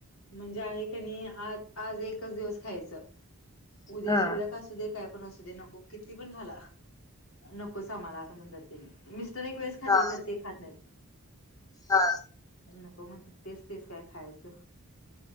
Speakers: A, on the left; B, on the left.
A: म्हणजे आहे कनी आज आज एकच दिवस खायचं उद्या
B: हा
A: शिल्लक असू दे काय पण असू दे नको किती पण घाला नकोच आम्हाला असं म्हणतात ते मिस्टर एक वेळेस खातील
B: हा
A: खर ते खात नाहीत
B: हा
A: नको म्हणत्यात तेच तेच काय खायचं